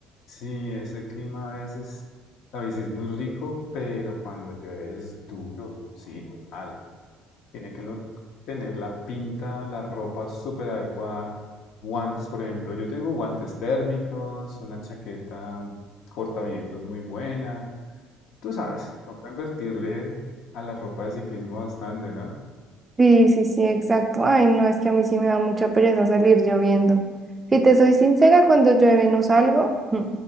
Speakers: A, on the left; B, on the right.
A: Sí, ese clima a veces, la bici es muy rico, pero cuando llueve es duro, sí, total. Tiene que uno tener la pinta, la ropa súper adecuada, guantes, por ejemplo. Yo tengo guantes térmicos, una chaqueta un cortavientos muy buena. Tú sabes, toca invertirle a la ropa de ciclismo bastante, ¿no?
B: Sí, sí, sí, exacto. Ay, no, es que a mí sí me da mucha pereza salir lloviendo. Si te soy sincera, cuando llueve no salgo. mm,